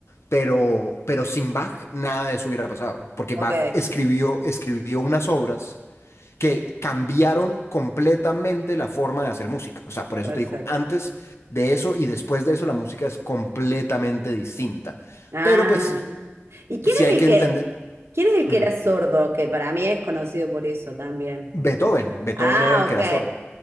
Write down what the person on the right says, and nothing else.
Ok,
perfecto.
Ah.
¿Y quién
es
el que,
quién es el que
era sordo? Que para mí es conocido por eso también.
Ah,
ok.